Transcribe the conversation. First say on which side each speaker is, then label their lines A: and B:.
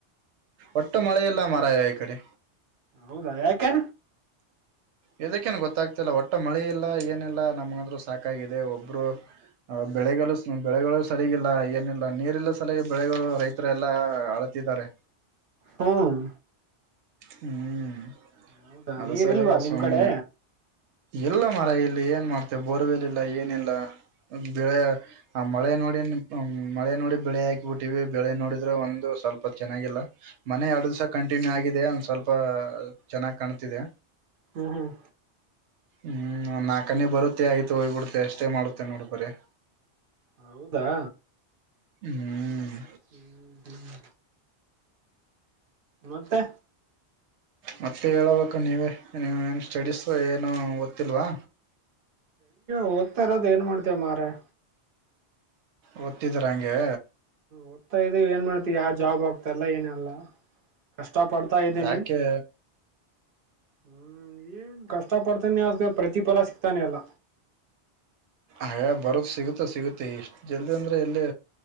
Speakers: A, on the right; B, on the right.
A: ಒಟ್ಟು ಮಳೆಯಿಲ್ಲ ಮಾರಾಯ ಈ ಕಡೆ.
B: ಹೌದಾ ಯಾಕೆ.
A: ಇದಕ್ಕೇನು ಗೊತ್ತಾಗ್ತಿ ಇಲ್ಲ ಒಟ್ಟ ಮಳೆ ಇಲ್ಲ ಏನಿಲ್ಲ ನಮ್ಗಂದ್ರು ಸಾಕಾಗಿದೆ ಒಬ್ರು. ಬೆಳೆಗಳು ಬೆಳೆಗಳು ಸರಿಗಿಲ್ಲ ಏನಿಲ್ಲ ನೀರಿಲ್ಲ ಸಲಾಗಿ ಬೆಳೆಗಳು ರೈತ. ರೈತರೆಲ್ಲಾ ಅಳತಿದ್ದಾರೆ.
B: ಹ್ಮ್.
A: ಹ್ಮ್
B: ಹೌದಾ
A: ಅದು
B: ನೀರ್
A: ಸಲುವಾಗಿ
B: ಇಲ್ವಾ ನಿಮ್
A: ಸ್ವಾಮಿ.
B: ಕಡೆ
A: ಇಲ್ಲ ಮಾರಾಯ ಇಲ್ಲಿ ಏನ್ ಮಾಡತೀಯಾ ಬೋರ್ವೆಲ್ ಇಲ್ಲ ಏನಿಲ್ಲ ಬೆಳೆ. ಆ ಮಳೆ ನೋಡಿ ಮಳೆ ನೋಡಿ ಬೆಳೆ ಹಾಕ್ಬಿಟ್ಟಿವಿ ಬೆಳೆ ನೋಡಿದ್ರೆ ಒಂದು ಸ್ವಲ್ಪ ಚೆನ್ನಾಗಿಲ್ಲ. ಮೊನ್ನೆ ಎರಡು ದಿವಸ ಕಂಟಿನ್ಯೂ ಆಗಿದೆ ಒಂದ್ ಸ್ವಲ್ಪ ಚೆನ್ನಾಗಿ್ ಕಾಣ್ತಿದೆ.
B: ಹ್ಮ್ ಹ್ಮ್.
A: ಹ್ಮ್ ಒಂದ್ ನಾಲ್ಕ ಹನಿ ಬರುತ್ತೆ ಆಯ್ತು ಹೋಗ್ಬ ಬಿಡುತ್ತೆ ಅಷ್ಟೇ ಮಾಡುತ್ತೆ ನೋಡ್ ಬರೇ.
B: ಹೌದಾ.
A: ಹ್ಮ್.
B: ಹ್ಮ್ ಹ್ಮ್. ಮತ್ತೆ.
A: ಮತ್ತೆ ಹೇಳಬೇಕು ನೀವೇ ನೀವು ಏನು ಸ್ಟಡೀಸ್ ಏನು ಓದ್ತಿಲ್ವಾ.
B: ಹೋಗ್ತಾ ಇರೋದೇ ಏನ್ ಮಾಡತೀಯಾ ಮಾರಾಯ.
A: ಓದತಿದಿರಾ ಹಂಗೆ.
B: ಓದತಾ ಇದೀವಿ ಏನ್ ಮಾಡ್ತಿಯಾ ಯಾವ್ ಜಾಬ್ ಆಗ್ತಲ್ಲ ಏನಿಲ್ಲಾ ಕಷ್ಟ ಪಡ್ತಾಯಿದೀನಿ.
A: ಯಾಕೆ
B: ಕಷ್ಟ ಪಡ್ತಾಯಿದೀನಿ ಹ್ಮ ಏನ್ ಕಷ್ಟ ಪಡ್ತಾಯಿದೀನಿ. ಇನ್ನೂ ಅದಕ್ಕೆ ಪ್ರತಿಫಲ ಸಿಕ್ತಾನೆ ಇಲ್ಲ.
A: ಹಯೇ ಬರುತ್ತೇ ಸಿಗುತ್ತೆ ಸಿಗುತ್ತೆ ಇಷ್ಟು ಜಲ್ದಿ ಅಂದರೆ ಎಲ್ಲಿ